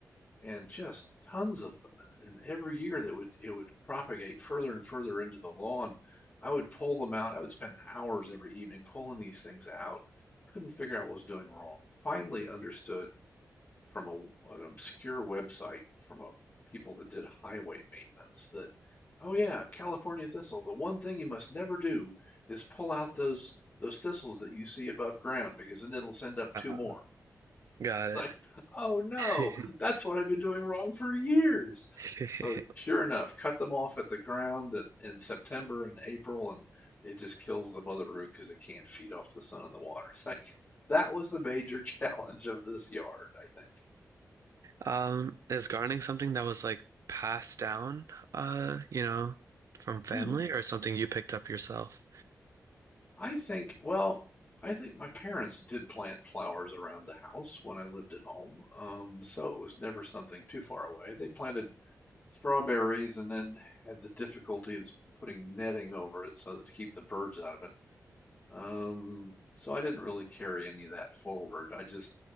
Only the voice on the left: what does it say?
and just tons of them. And every year that would it would propagate further and further into the lawn. I would pull them out. I would spend hours every evening pulling these things out. Couldn't figure out what was doing wrong. Finally understood from a, an obscure website from a, people that did highway maintenance that, oh yeah, California thistle. The one thing you must never do is pull out those those thistles that you see above ground because then it'll send up
two more.
It's like, oh no,
that's what I've been doing wrong for years.
So sure enough, cut them off at the ground in September and April, and it just kills the mother root because it can't feed off the sun and the water. <laughs> It's like that was the major <laughs> challenge of this yard, I think.
Hmm.
I think, well, I think my parents did plant flowers around the house when I lived at home, um, so it was never something too far away. They planted strawberries and then had the difficulty of putting netting over it so that to keep the birds out of it. Um, so I didn't really carry any of that forward. I just